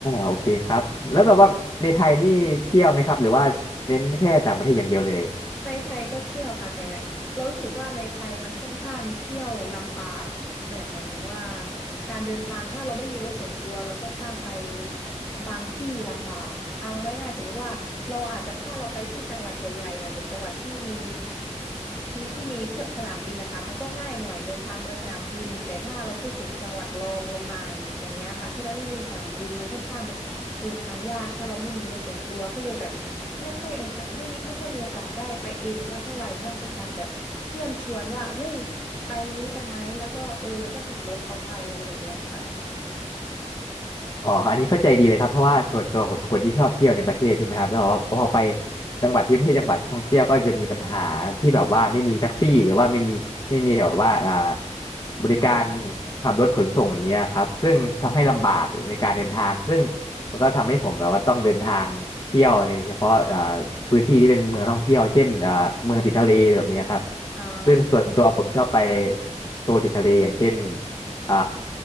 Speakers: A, on the left; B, in the centre.
A: โอเคครับแล้วแบบว่าในไทยนี่เที่ยวไหมครับหรือว่าเน้นแค่ต่างประเทศอย่างเดียวเลย
B: ในไทยก็เที่ยวค่ะแต่เรารู้สึกว่าในไทยมันค่อนข้างเที่ยวลำบากแบบหมายถึงว่าการเดินทางถ้าเราไม่มีรถส่วนตัวเราค่อนข้างไปบางที่ลำบากเอาง่ายๆสมมุติว่าเราอาจจะถ้าเราไปที่จังหวัดใหญ่ๆหมายถึงจังหวัดที่มี ที่ที่มีเครื่องสนามบินนะคะมันก็ง่ายหน่อยเดินทางโดยสนามบินแต่ถ้าเราพูดถึงจังหวัดรองลงมาอย่างเงี้ยค่ะที่มันไม่มีสนามบินมันค่อนข้างแบบเดินทางยากถ้าเราไม่มีรถส่วนตัวก็เลยแบบไม่ค่อยโอกาสไม่มีไม่ค่อยมีโอกาสได้ไปเองสักเท่าไหร่นอกจากแบบเพื่อนชวนว่าเฮ้ยไปนี้กันไหมแล้วก็เออก็ติดรถเขาไปอะไรแบบเนี้ยค่ะ
A: อ๋ออันนี้เข้าใจดีเลยครับเพราะว่าส่วนตัวผมเป็นคนที่ชอบเที่ยวในประเทศใช่ไหมครับแล้วแบบว่าพอไปจังหวัดที่ไม่ใช่จังหวัดท่องเที่ยวก็จะมีปัญหาที่แบบว่าไม่มีแท็กซี่หรือว่าไม่มีไม่มีแบบว่าอ่าบริการ
B: อืม
A: ขับรถขนส่งอย่างเงี้ยครับซึ่งทำให้ลำบากในการเดินทางซึ่ง
B: ใช่ใช่ใช่ใช่
A: มันก็ทำให้ผมแบบว่าต้องเดินทางเที่ยวในเฉพาะอ่าพื้นที่ที่เป็นเมืองท่องเที่ยวเช่นอ่าเมืองติดทะเลแบบเนี้ยครับ
B: อ่าค่ะ
A: ซึ่งส่วนตัวผมชอบไปโซนติดทะเลอย่างเช่น อ่า